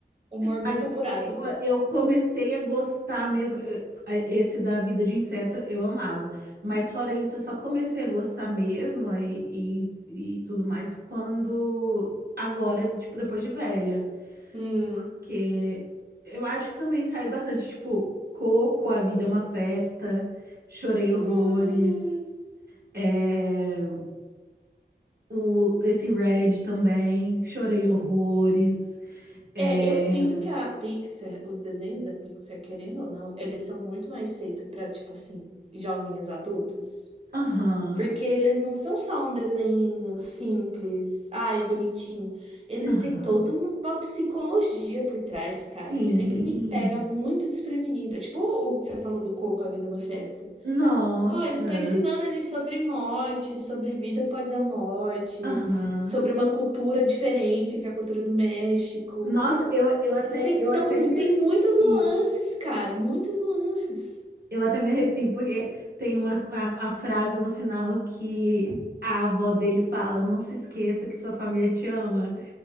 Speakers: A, on the right; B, on the right.
A: Humor muito
B: Mas
A: apurado.
B: eu, eu comecei a gostar mesmo. eu- Esse da vida de inseto eu amava. Mas fora isso, eu só comecei a gostar mesmo e, e, e tudo mais quando. Agora, tipo, depois de velha.
A: Hum.
B: Porque eu acho que também saiu bastante, tipo, Coco, A Vida é uma Festa, Chorei Horrores,
A: Hum.
B: é, o, esse Red também, Chorei Horrores. É,
A: É, eu sinto que a Pixar, os desenhos da Pixar, querendo ou não, eles são muito mais feitos pra, tipo assim, jovens adultos.
B: aham.
A: Porque eles não são só um desenho simples, ai, bonitinho. Eles
B: Aham.
A: têm toda uma uma psicologia por trás, cara.
B: Sim.
A: E sempre me pega muito desprevenida. Tipo o o que você falou do Coco, A Vida é uma Festa.
B: Nossa.
A: Pô, eles estão ensinando ali sobre morte, sobre vida após a morte,
B: Aham.
A: sobre uma cultura diferente, que é a cultura do México.
B: Nossa, eu, eu até
A: Sem-
B: eu
A: Então,
B: até me
A: tem
B: arrepio.
A: muitas nuances, cara, muitas nuances.
B: Eu até me arrepio porque tem uma a, a frase no final que a avó dele fala: "Não se esqueça que sua família te ama".